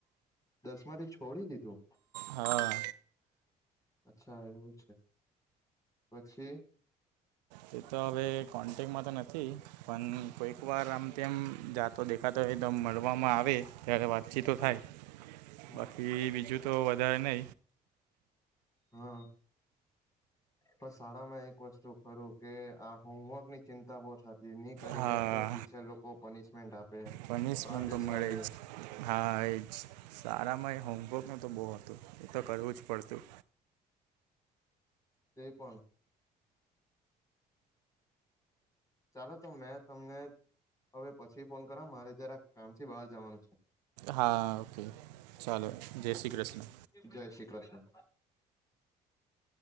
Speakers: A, on the left (about 15°); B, on the right (about 80°).
A: દસમાંથી છોડી દીધું.
B: હા.
A: અચ્છા! એવું છે. પછી
B: તે તો હવે કોન્ટેકમાં તો નથી. પણ કોઈક વાર આમ તેમ જાતો દેખાતો હોય તોમ મલવામાં આવે. ત્યારે વાતચીતો થાય.
A: <inaudible>
B: બાકી બીજું તો વધારે નય.
A: હા. પણ શાળામાં એક વસ્તુ ખરું કે, આ હોમવર્કની ચિંતા બો થા તી ની કરી
B: હા
A: જાય તો ટીચર લોકો પનિશમેન્ટ આપે,
B: પનિશમેન્ટ
A: બહાર બેસાડે.
B: તો મળે હા એજ. સારામાં એ હોંમવર્કનું તો બો હતું. એ તો કરવું જ પડતું.
A: તે પણ ચાલો તો મેં તમને હવે પછી ફોન કરા મારે જરા કામથી બહાર જવાનું છે.
B: હા ઓકે ચાલો જય શ્રી કૃષ્ણ.
A: જય શ્રી કૃષ્ણ.